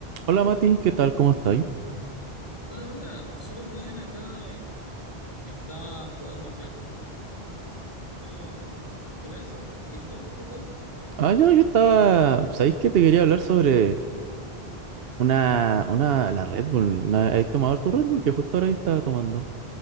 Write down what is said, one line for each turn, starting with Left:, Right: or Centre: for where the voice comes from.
Right: Hola Mati, ¿qué tal? ¿Cómo estáis?
Left: Hola, hola, súper bien acá. eh, Estaba jugando claro, pero eso, ¿y tú qué tal?
Right: Ah, yo, yo estaba. ¿Sabéis que te quería hablar sobre una, una, la Red Bull? una- ¿Has tomado tu Red Bull? Que justo ahora yo estaba tomando.